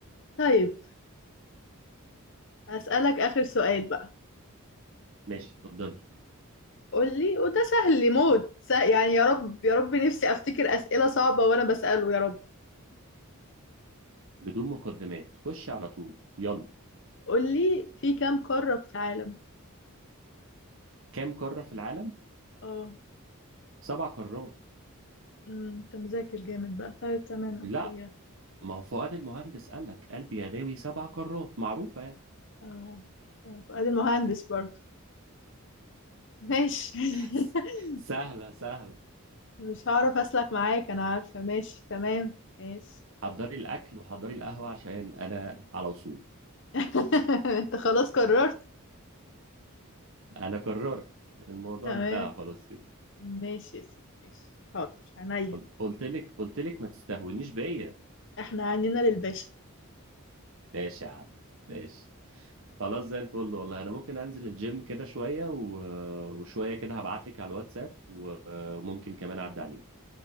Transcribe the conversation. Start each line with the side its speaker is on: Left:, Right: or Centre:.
Left: طيب هسألك آخر سؤال بقى
Right: ماشي اتفضلي
Left: قول لي وده سهل لي موت س- يعني يا رب يا رب نفسي أفتكر أسئلة صعبة وأنا بسأله يا رب
Right: بدون مقدمات خشي على طول يلا
Left: قول لي في كام قارة في العالم
Right: كام قاره في العالم
Left: اه
Right: سبع قارات
Left: أمم، انت مذاكر جامد بقى طيب تمام اوكي
Right: لا ما هو فؤاد المهندس قال لك قلبي يا غاوي سبع كرات معروفة يعني
Left: اه فؤاد المهندس برضه ماشي <laughs>
Right: س- سهلة سهلة
Left: مش هعرف أسلك معاك أنا عارفة ماشي تمام ماشي
Right: حضري الأكل وحضري القهوة عشان أنا على وصول
Left: <laughs> انت خلاص قررت
Right: أنا قررت الموضوع
Left: تمام
Right: انتهى خلاص كده
Left: ماشي يا سيدي ماشي حاضر عينيا
Right: قلت قلت لك قلت لك ما تستهونيش بيا
Left: احنا عنينا للباشا
Right: ماشي يا عم ماشي خلاص زي الفل والله أنا ممكن أنزل الجيم كده شوية و... وشوية كده هبعت لك على الواتساب و- وممكن كمان أعدي عليك